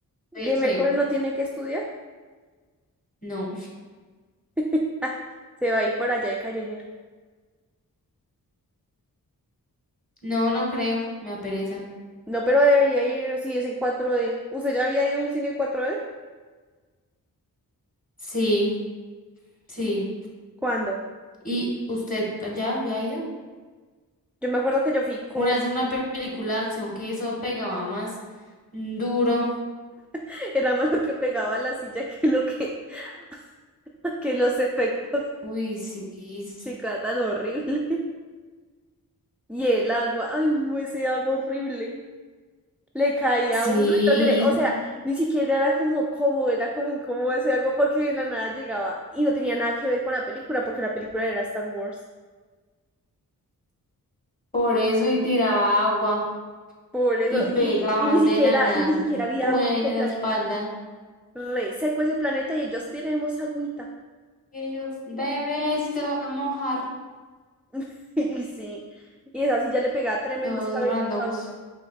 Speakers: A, in the centre; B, on the left (about 25°).
A: Y el
B: Sí.
A: miércoles no tiene que estudiar.
B: No,
A: <laughs> Se va a ir por allá de callejera.
B: no, <laughs> no creo. Me apereza.
A: No, pero debería ir si es en cuatro d ¿Usted ya había ido a un cine cuatro d
B: Sí, sí.
A: ¿Cuándo?
B: ¿Y usted ya, ya ha ido?
A: Yo me acuerdo que yo fui con...
B: Una vez una pe- película de acción que eso pegaba más duro.
A: <laughs> Era más lo que pegaba a la silla que lo que... <laughs> que los efectos
B: Uy, sí.
A: <laughs>
B: s-
A: que era tan horrible. <laughs> Y el agua, ay no, ese agua horrible. Le caía
B: Sí,
A: a uno y tras de- o sea, ni siquiera era como cómodo, era como incómodo ese agua porque de la nada llegaba y no tenía nada que ver con la película porque la película era Star Wars.
B: por eso y tiraba agua
A: Por eso,
B: y pegaban
A: y, y ni siquiera,
B: de la nada
A: y ni
B: un
A: siquiera había
B: puño
A: agua
B: ahí
A: en
B: en
A: ese
B: esa
A: planeta.
B: espalda.
A: Re seco ese planeta y ellos tenemos agüita.
B: Ellos beben esto, a mojar
A: <laughs> Y sí, y esa sí ya le pegaba tremendos
B: todos
A: cabezazos
B: randoms.
A: a uno.